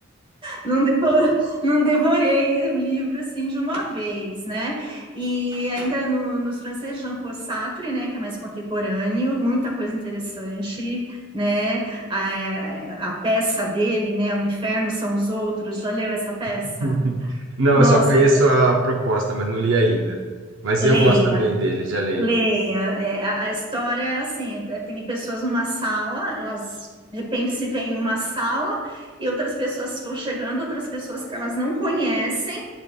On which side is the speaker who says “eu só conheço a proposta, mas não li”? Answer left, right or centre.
Right